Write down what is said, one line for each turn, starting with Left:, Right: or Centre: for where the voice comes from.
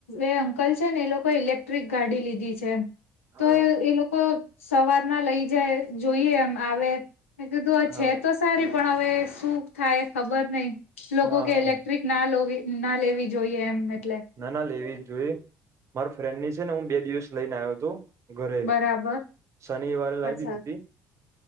Left: એ અંકલ છે ને, એ લોકો ઇલેક્ટ્રિક ગાડી લીધી છે,
Right: હા
Left: તો એ એ લોકો સવારના લઈ જાય, જોઈએ, એમ આવે, મે કીધું
Right: હા
Left: છે તો સારી પણ હવે સુ થાય ખબર નહી લોકો
Right: હા
Left: કે
Right: હા
Left: ઇલેક્ટ્રિક ના લોવી ના લેવી જોઈએ એમ ને.
Right: ના ના લેવી જ જોઈએ માર ફ્રેન્ડ ની છે ને હું બે દિવસ લઈને આયોતો ઘરે
Left: બરાબર
Right: શનિવારે લાઈ
Left: અચ્છા
Right: દીધીતી.